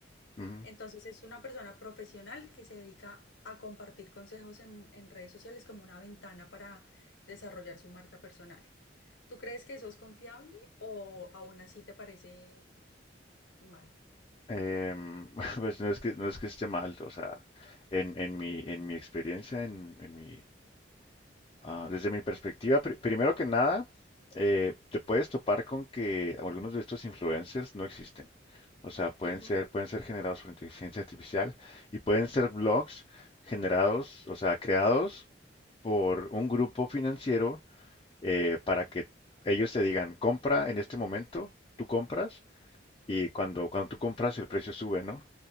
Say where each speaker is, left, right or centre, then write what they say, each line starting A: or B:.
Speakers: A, on the left; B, on the left.
A: Ujú.
B: Entonces es una persona profesional que se dedica a compartir consejos en, en redes sociales como una ventana para desarrollar su marca personal. ¿Tú crees que eso es confiable o aún así te parece mal?
A: Em, <laughs> pues no es que, no es que esté mal, o sea, en, en mi, en mi experiencia, en, en mi, Ah, desde mi perspectiva, pri- primero que nada, eh, te puedes topar con que algunos de estos influencers no existen. O sea, pueden
B: Ujú,
A: ser, pueden ser generados por inteligencia artificial y pueden ser blogs generados, o sea, creados por un grupo financiero eh, para que ellos te digan, compra en este momento, tú compras y cuando, cuando tú compras, el precio sube, ¿no?